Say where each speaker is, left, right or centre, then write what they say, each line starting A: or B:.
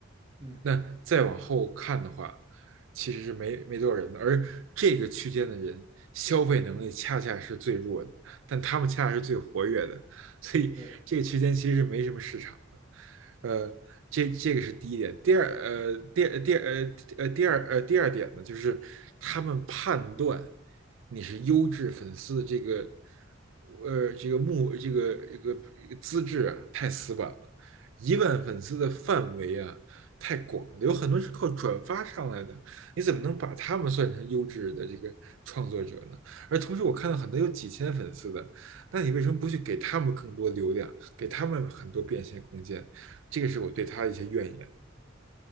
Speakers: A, on the right (about 30°); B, on the right (about 75°).
A: 嗯，
B: 那再往后看的话，其实是没没多少人的，而这个区间的人消费能力恰恰是最弱的，但他们恰恰是最活跃的，所以这个区间其实是没什么市场的。
A: 对，
B: 呃，这这个是第一点。第二，呃，第第呃呃第二呃第二点呢，就是他们判断你是优质粉丝的这个呃这个目这个这个资质啊，太死板了。一万粉丝的范围啊太广了，有很多是靠转发上来的，你怎么能把他们算成优质的这个创作者呢？而同时，我看到很多有几千粉丝的，
A: 嗯。
B: 那你为什么不去给他们更多流量，给他们很多变现空间？这个是我对他的一些怨言。